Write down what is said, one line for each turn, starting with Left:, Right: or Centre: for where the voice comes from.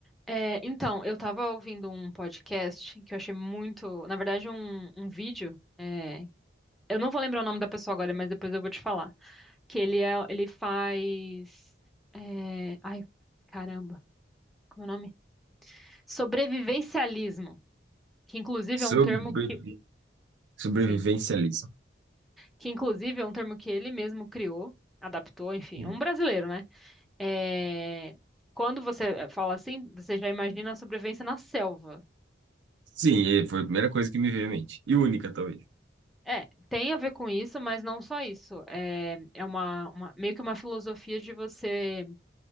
Centre: É, então, eu tava ouvindo um podcast que eu achei muito, na verdade, um, um vídeo. é, eu não vou lembrar o nome da pessoa agora, mas depois eu vou te falar. Que ele é, ele faz, é, ai, caramba, como é o nome? Sobrevivencialismo, que inclusive é um
Right: Sobrevi-
Centre: termo que,
Right: Sobrevivencialismo.
Centre: sim, que inclusive é um termo que ele mesmo criou, adaptou, enfim,
Right: Sim.
Centre: é um brasileiro, né? É, quando você fala assim, você já imagina a sobrevivência na selva.
Right: Sim, e foi a primeira coisa que me veio à mente. E única, talvez.
Centre: É, tem a ver com isso, mas não só isso. É, é uma, uma- meio que uma filosofia de você